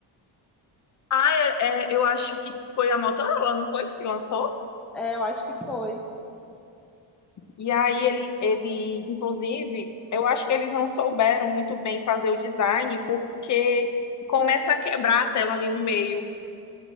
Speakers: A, on the left (about 40°); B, in the centre.
A: ah, é- é, eu acho que foi a Motorola, não foi, que lançou?
B: É, eu acho que foi.
A: E aí ele, ele, inclusive, eu acho que eles não souberam muito bem fazer o design, porque começa a quebrar a tela ali no meio.